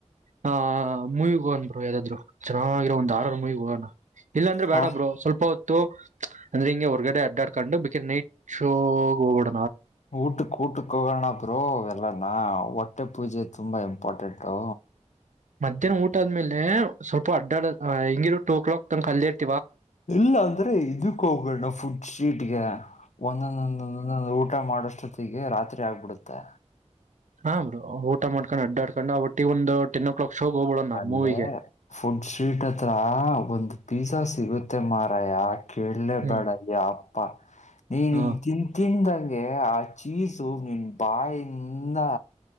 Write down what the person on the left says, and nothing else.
ಹಾ
ಊಟುಕ ಊಟಕ್ಕ ಕ ಹೋಗನ ಬ್ರೋ ಎಲ್ಲಾ ನಾ ಹೊಟ್ಟೆ ಪೂಜೆ ತುಂಬಾ ಇಂಪಾರ್ಟೆಂಟು
ಇಲ್ಲ ಅಂದ್ರೆ ಇದಕ್ಕ ಹೋಗಣ ಫುಡ್ ಸ್ಟ್ರೀಟ್ ಒಂದೊಂದೊಂದಂದ ಊಟ ಮಾಡಷ್ಟೊತ್ತಗೆ ರಾತ್ರಿ ಆಗ್ಬಿಡುತ್ತೆ
ಅಲ್ಲೇ
ಫುಡ್ ಸ್ವೀಟ್ ಹತ್ರ ಒಂದು ಪಿಝಾ ಸಿಗುತ್ತೆ ಮ ಮಾರಯ ಕೇಳಲೇ
ಬೇಡಗ್ಯ ಅಪ್ಪ ನೀನ್ನ್
ತಿನ್ಂತಿಂದಾಗ ಗೆ ಆ ಚೀಸು ನಿನ್ ಬಾಯಿಂದಾ